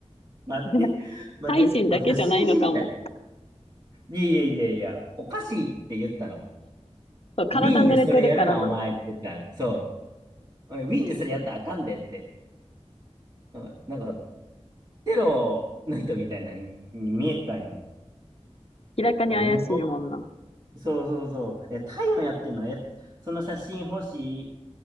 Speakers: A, on the right; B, on the left.
A: 待って、
B: <laughs>
A: 待って、
B: タイ人だけじゃないのかも。
A: そう、写真知りたい。いやいやいやいや、おかしいって言ったの。
B: そう、体濡れてるからな。
A: ウィーンでそれやるな、お前って言ったの。そう。おいウィーンでそれやったらあかんでって。うん、なんか、テロの人みたいなにに見えたんよね。
B: 明らかに怪しいもんな。
A: いやおもろそうそうそう。え、タイもやってんのえ、その写真欲しい。